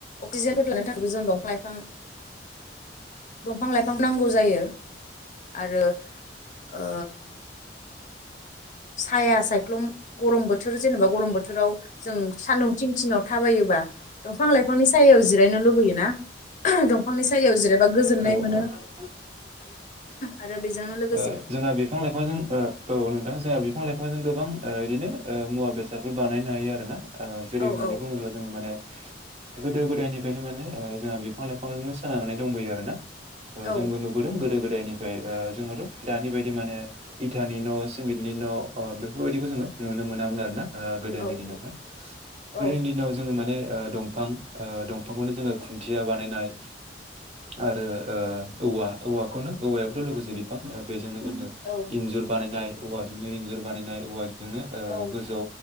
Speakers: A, on the left (about 45°); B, on the right (about 35°).
A: अक्सिजेनफोर लानो थाखायबो जों दंफां लाइफां दंफां लाइफां नांगौ जायो आरो अ साया सायख्लुम गरम बोथोर जेनेबा गरम बोथोराव जों सानदुं थिं थङाव थाबायो बा दंफां लाइफांनि सायाव जिरायनो लुबैयोना दंफांनि सायायाव जेरबा गोजोननाय
B: औ
A: मोनो
B: औ
A: आरो बेजोंनो लोग
B: अ जोंहा बिफां लाइफांजों अ औ नोंथां जोंहा बि बिफां लाइफांजों गोबां बिदिनो मुा बेसादफोर बानायनो हायो आरो ना अ जेरै
A: औ
B: होननानै
A: औ
B: बुङोब्ला जोङो माने गोदो गोदायनिफ्रायनो माने अ जोंहा बिफां लाइफांजोंनो सोनारानानै दंबोयो आरोना अ
A: औ
B: जोंबो नुबोदों गोदो गोदायनिफ्राय जोङोथ' दानि बायदि माने इटानि न' सिमिटनि न' अ बेफोरबायदिखौ जोङो नुनो मोनामोन आरो ना अ गोदोनि
A: औ
B: दिनावहाय
A: औ
B: गोदोनि दिनाव जोङो माने अ दंफां अ दंफांखौनो जोङो खुन्थिया बानायनाय आरो अ औवा औवाखौनो औवायावथ' लोगोसे बिफां बेजोंनो जोङो
A: औ
B: इन्जुर बानायनाय औवाजोंनो इन्जुर बानायनाय औवाजोंनो अ
A: औ
B: गोजौ